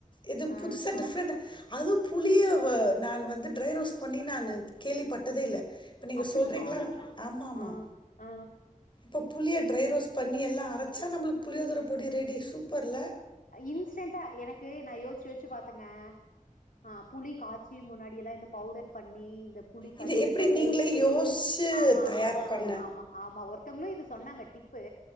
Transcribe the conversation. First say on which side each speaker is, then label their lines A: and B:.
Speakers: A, on the left; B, on the left.
A: இது
B: ஆ
A: புதுசா டிஃப்ரெண்டா அது புளிய வ நானு வந்து ட்ரை ரோஸ்ட் பண்ணி நானு கேள்விப்பட்டதே இல்ல இப்ப நீங்க
B: அப்டிங்களா
A: சொல்றீங்ளா ஆமாமா
B: ஆ ஆ
A: ப்ப புளிய ட்ரை ரோஸ் பண்ணி எல்லா அரச்சா நம்மளுக் புளியோதர பொடி ரெடி சூப்பர்ல்ல
B: இன்ஸ்டன்டா எனக்கு நா யோச்சு யோச்சு பாத்தங்க ஆ புளி காச்சி முன்னாடி எல்லா இந்த பவுடர் பண்ணி இந்த புளி காய்ச்சல்ல
A: இது எப்டி
B: போ
A: நீங்களே யோசிச்சு
B: ஆமாங்க
A: தயார் பண்ண
B: ஆமா ஆமா ஒருத்தங்ளு இது சொன்னாங்க டிப்பு